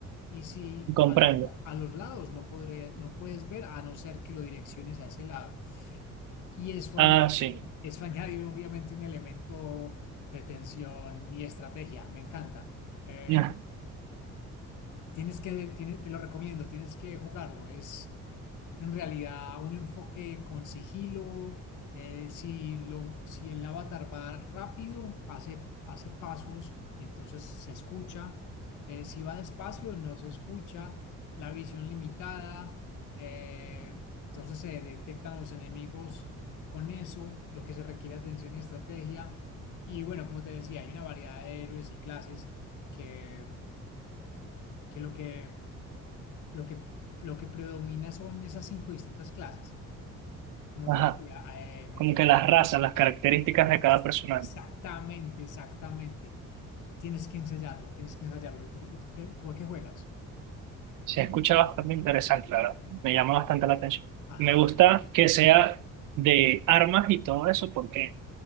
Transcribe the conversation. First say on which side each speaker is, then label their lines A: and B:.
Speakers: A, on the left (about 70°); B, on the right (about 80°).
A: y si
B: comprendo.
A: a los, la- a los lados no, podré, no puedes ver a no ser que lo direcciones a ese lado. Y eso
B: Ah,
A: añade,
B: sí.
A: eso <laughs> añade obviamente un elemento de tensión y estrategia, me encanta. Eh,
B: Ya.
A: Tienes que, tiene- te lo recomiendo, tienes que jugarlo. Es en realidad un enfoque con sigilo. eh, si, lo, si el avatar va rápido, hace, hace pasos y entonces se escucha. Eh, si va despacio, no se escucha. La visión limitada. eh, entonces se detectan los enemigos con eso, lo que se requiere atención y estrategia. Y bueno, como te decía, hay una variedad de héroes y clases que que lo que lo que, lo que predomina son esas cinco distintas clases. Como
B: Ajá,
A: te decía, eh, me
B: como
A: traje-
B: que las razas, las características de
A: pues,
B: cada personaje.
A: Exactamente, exactamente. Tienes que ensayarlo, tienes que ensayarlo. ¿Y tú, tú qué, tú a qué juegas?
B: Se escucha bastante interesante, la verdad. Me llama bastante la atención.
A: Ajá,
B: Me gusta
A: ajá.
B: que sea de armas y todo eso porque